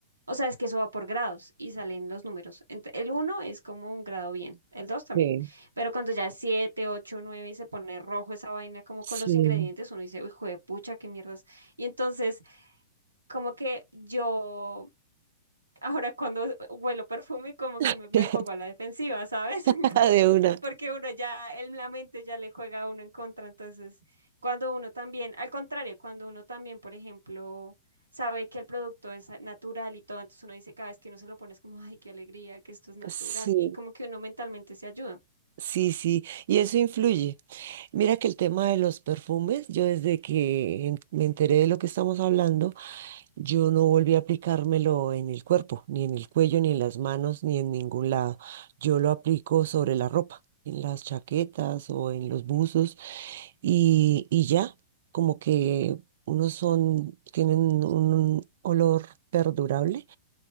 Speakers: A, on the right; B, on the right.
A: O sea, es que eso va por grados y salen los números. Ent- El uno es como un grado bien, el 2 también.
B: Sí.
A: Pero cuando ya es 7, 8, 9 y se pone rojo esa vaina como
B: Sí.
A: con los ingredientes, uno dice, uy, pucha, qué mierdas. Y entonces, como que yo Ahora cuando huelo perfume como que
B: <laughs>
A: me, me pongo a la defensiva, ¿sabes? <laughs>
B: De
A: Como-
B: una.
A: Porque uno ya, el, la mente ya le juega a uno en contra. Entonces, cuando uno también, al contrario, cuando uno también, por ejemplo, sabe que el producto es natural y todo, entonces uno dice cada vez que uno se lo pone es como, ay, qué alegría que esto es natural.
B: Sí.
A: Y como que uno mentalmente se ayuda.
B: Sí, sí, y eso influye. Mira que el tema de los perfumes, yo desde que en- me enteré de lo que estamos hablando, Yo no volví a aplicármelo en el cuerpo, ni en el cuello, ni en las manos, ni en ningún lado. Yo lo aplico sobre la ropa, en las chaquetas o en los buzos y, y ya, como que unos son, tienen un olor perdurable